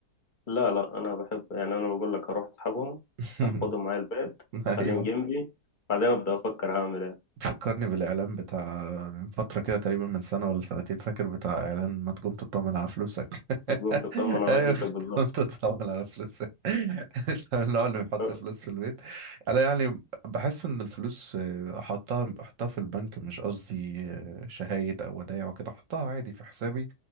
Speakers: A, on the left; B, on the right.
A: لا لا أنا بحب يعني أنا بقول لك هروح أصحابهم
B: <laughs>
A: أخدهم معايا البيت
B: ايوه
A: أخليهم جنبي بعدين أبدأ أفكر هعمل إيه
B: تفكرني بالإعلان بتاع من فترة كده تقريبا من سنة ولا سنتين فاكر بتاع إعلان ما تقوم تطمن على فلوسك
A: هتقوم
B: <laughs>
A: تطمن على
B: أيوة
A: فلوسك بالظبط
B: تقوم تطمن على فلوسك <laughs> أنت من النوع اللي بيحط
A: أه
B: فلوس في البيت أنا يعني بحس إن الفلوس آه، أحطها أحطها في البنك مش قصدي آه، شهايد أو ودايع وكده أحطها عادي في حسابي